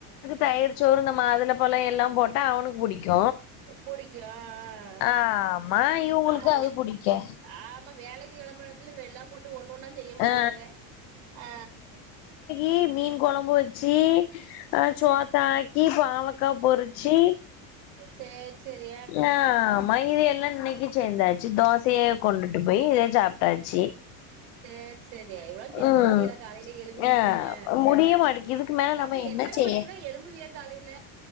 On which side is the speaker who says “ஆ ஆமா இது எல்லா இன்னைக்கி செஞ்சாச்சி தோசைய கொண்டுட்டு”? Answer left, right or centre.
Left